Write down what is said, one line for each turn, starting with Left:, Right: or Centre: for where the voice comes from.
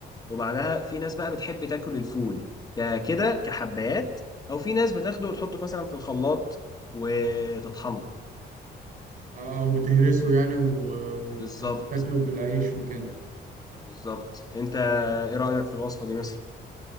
Left: وبعدها في ناس بقى بتحب تاكل الفول ك- كده كحبات او في ناس بتاخده وتحطه مثلا في الخلاط وتطحنه
Right: اه وبتهرسه يعني و- وبت-
Left: بالظبط
Right: وبتاكله بالعيش وكده
Left: بالظبط انت ايه رايك في الوصفه دي مثلا